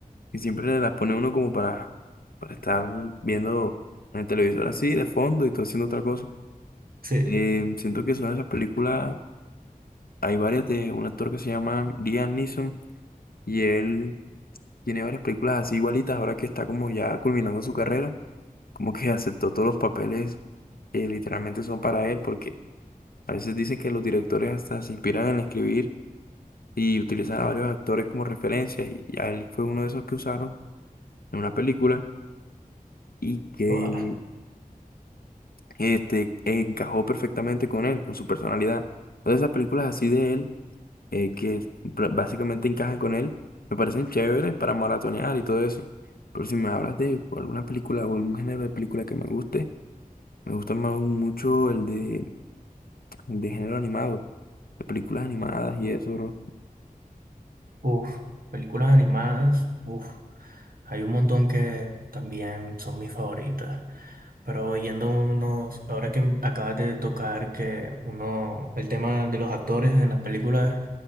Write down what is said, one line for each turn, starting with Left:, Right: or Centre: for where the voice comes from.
Left: que siempre las pone uno como para, para estar viendo en el televisor así, de fondo, y todo haciendo otra cosa.
Right: Sí.
Left: Eh, siento que son esas películas, hay varias de un actor que se llama Liam Neeson, y él tiene varias películas así igualitas, ahora que está como ya culminando su carrera, como que <laughs> aceptó todos los papeles que literalmente son para él, porque a veces dicen que los directores hasta se inspiran en escribir y utilizan a varios actores como referencias y a él fue uno de esos que usaron en una película y que
Right: Guau.
Left: este, encajó perfectamente con él, con su personalidad. Entonces esas películas así de él, eh, que pr- básicamente encajan con él, me parecen chéveres para maratonear y todo eso. Pero si me hablas de alguna película o algún género de película que me guste, me gusta más mucho el de, el de género animado, de películas animadas y eso, bro.
Right: Uf, películas animadas, uf, hay un montón que también son mis favoritas. Pero yendo unos, ahora que acabas de tocar que uno, el tema de los actores en las películas,